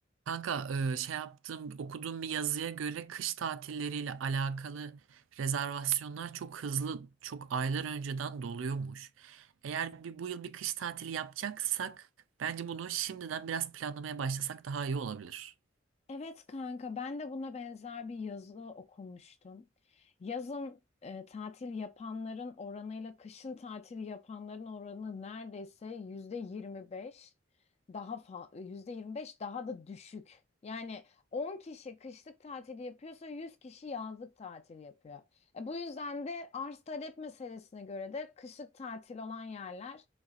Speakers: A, on the right; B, on the left.
A: Kanka e, şey yaptım okuduğum bir yazıya göre kış tatilleriyle alakalı rezervasyonlar çok hızlı çok aylar önceden doluyormuş. Eğer bir, bu yıl bir kış tatili yapacaksak bence bunu şimdiden biraz planlamaya başlasak daha iyi olabilir.
B: Evet kanka ben de buna benzer bir yazı okumuştum. Yazın e, tatil yapanların oranıyla kışın tatil yapanların oranı neredeyse yüzde 25 daha fa- yüzde 25 daha da düşük. Yani 10 kişi kışlık tatil yapıyorsa 100 kişi yazlık tatil yapıyor. E, bu yüzden de arz talep meselesine göre de kışlık tatil olan yerler